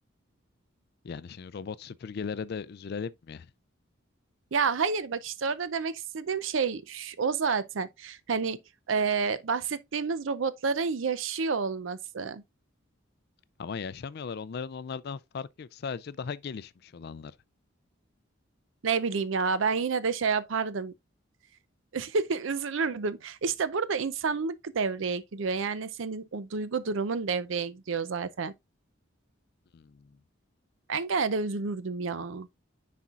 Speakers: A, on the left (about 50°); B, on the right (about 70°).
A: Yani şimdi robot süpürgelere de üzülelim mi?
B: Ya hayır bak işte orada demek istediğim şey ş- o zaten. Hani e, bahsettiğimiz robotların yaşıyor olması.
A: Ama yaşamıyorlar. Onların onlardan farkı yok. Sadece daha gelişmiş olanları.
B: Ne bileyim ya ben yine de şey yapardım <laughs> Üzülürdüm. İşte burada insanlık devreye giriyor. Yani senin o duygu durumun devreye giriyor zaten.
A: Hmm,
B: Ben gene de üzülürdüm ya.